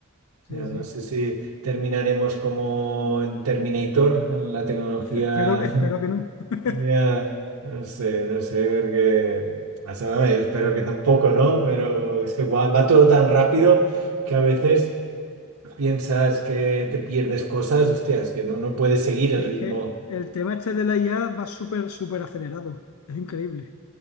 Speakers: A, on the left; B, on the right.
A: Sí,
B: yo
A: sí.
B: no sé si terminaremos como en Terminator, en la tecnología.
A: Espero, espero
B: <laughs>
A: que no. <laughs>
B: Ya, no sé, no sé, porque... o sea, yo espero que tampoco, ¿no? Pero es que va, va todo tan rápido que a veces piensas que te pierdes cosas, hostias, que no, no puedes seguir el
A: Es
B: ritmo.
A: que el tema este de la IA va súper, súper acelerado. Es increíble.